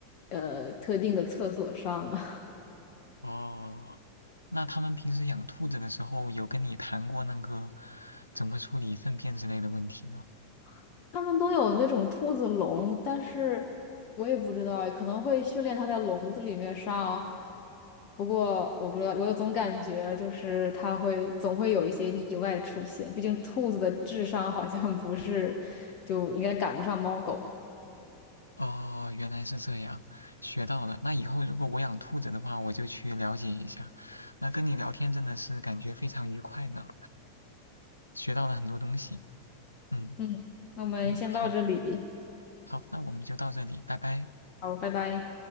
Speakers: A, on the left; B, on the left.
A: 呃特定的厕所上啊。
B: 哦，那他们平时养兔子的时候，有跟你谈过那个怎么处理粪便之类的问题吗？
A: <laughs> 他们都有那种兔子笼，但是我也不知道诶可能会训练它在笼子里面上。不过我不知道，我有总感觉就是它会总会有一些意外出现，毕竟兔子的智商好像不是就应该赶不上猫狗。
B: 哦，原来是这样，学到了。那以后如果我养兔子的话，我就去了解一下。那跟你聊天真的是感觉非常愉快呢，学到了很多东西。嗯
A: 嗯，那我们先到这里，
B: 嗯，好，好，那我们就到这里，拜拜。
A: 好，拜拜。